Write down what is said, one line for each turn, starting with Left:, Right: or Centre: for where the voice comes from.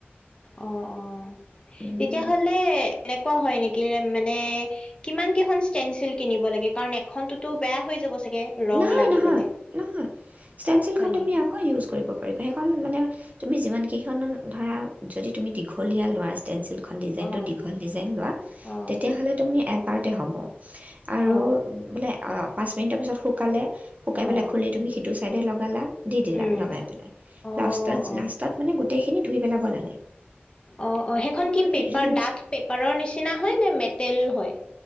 Left: অ' অ'
Right: আৰু
Left: তেতিয়াহলে এনেকে কোৱা হয় নেকি মানে কিমান কেইখন ষ্টেনচিল কিনিব লাগে কাৰণ এখনতোতো বেয়া হৈ যাব। চাগে ৰং
Right: নহয়
Left: লাগি
Right: নহয়
Left: পেলাই
Right: নহয় ষ্টেচিলখন
Left: হয়
Right: তুমি
Left: নেকি
Right: আকৌ ইউজ কৰিব পাৰিবা সেইখন মানে তুমি যিমান কেইখনমান ধাৰা যদি তুমি দীঘলীয়া ল'ৰাজটেনঞ্চেল এখন ডিজাইনটো
Left: অ
Right: দীঘল ডিজাইন লোৱা,
Left: অ
Right: তেতিয়াহ'লে তুমি এপ পাৰতে হ'ব। আৰু
Left: অ
Right: বোলে পাঁচ মিনিট পিছ শু কালে শুকাই পেলাই
Left: অ
Right: খুলি তুমি হেটো চাইড লৌক গালা দি দিলা
Left: উম
Right: লগাই পেলাই
Left: অ
Right: লাষ্টত-লাষ্টত
Left: অ
Right: মানে গ গোটেইখিনি ধুই পেলাব লাগে।
Left: অ'-অ' সেইখন
Right: আকৌ
Left: কি পেপাৰ
Right: ৰিউজ
Left: ডাঠ পেপাৰৰ নিচিনা হয় নে মেটেল হয়?